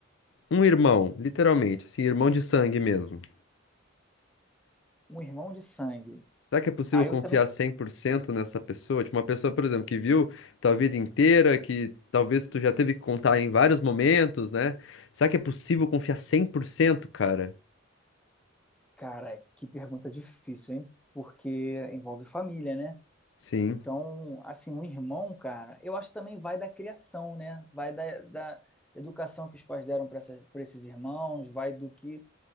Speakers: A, on the left; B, in the centre.
A: Um irmão, literalmente, assim, irmão de sangue mesmo.
B: Um irmão de sangue.
A: Será que é possível
B: Aí
A: confiar
B: eu também.
A: 100% nessa pessoa? Tipo, uma pessoa, por exemplo, que viu tua vida inteira, que talvez tu já teve que contar em vários momentos, né? Será que é possível confiar cem por cento cara?
B: Cara, que pergunta difícil, hein? Porque envolve família, né?
A: Sim.
B: Então, assim, um irmão, cara, eu acho que também vai da criação, né? Vai da, da educação que os pais deram para essas, para esses irmãos, vai do que,